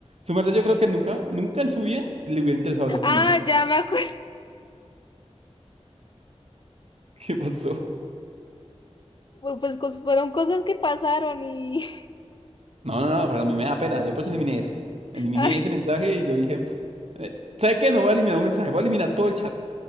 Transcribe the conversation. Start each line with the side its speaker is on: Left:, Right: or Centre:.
Right: Su merced, yo creo que nunca, nunca en su vida le hubiera interesado hablar
Left: Ah,
Right: conmigo.
Left: ya me acuerdo.
Right: <laughs> ¿Qué pasó?
Left: <laughs> Pues pues, cos- fueron cosas que pasaron y...
Right: No, no, no, Pero a mí me da pena. Yo por eso eliminé eso. Eliminé
Left: <laughs> ah,
Right: ese mensaje y yo dije, eh, ¿sabe qué? No voy a eliminar un mensaje, voy a eliminar todo el chat